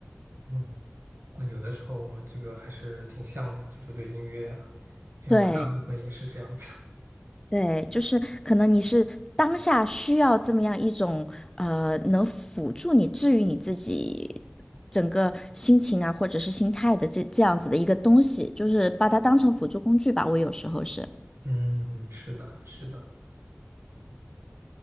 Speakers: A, on the right; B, on the left.
A: 嗯，那有的时候我们这个还是挺像的，就是对音乐啊，因为我大部分也是这样子。
B: 对对，就是可能你是当下需要这么样一种呃，能辅助你治愈你自己整个心情啊，或者是心态的这这样子的一个东西，就是把它当成辅助工具吧。我有时候是。
A: 嗯，是的，是的，